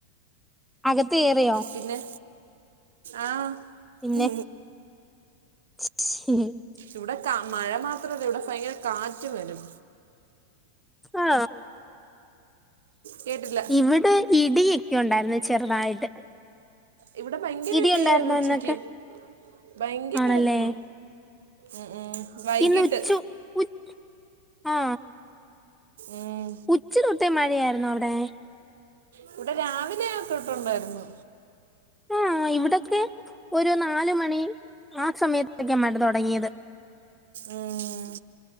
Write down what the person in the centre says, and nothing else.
അകത്ത് കേറിയോ
പിന്നെ
<inaudible>
ആ
ഇവിടെ ഇടി ക്കെ ഉണ്ടായിരുന്നു ചെറുതായിട്ട്.
ഇടി
ഉണ്ടായിരുന്നോ
ഇന്നൊക്കെ
ആണല്ലേ
ഇന്ന് ഉച്ചു ഉച് ആ
ഉച്ച തൊട്ടേ മഴയായിരുന്നോ അവിഡ് <unintelligible>
ആഹ് <unintelligible> ഒരു നാല് മണി ആ സമയത്തക്കയാ മഴ തുടങ്ങിയത്.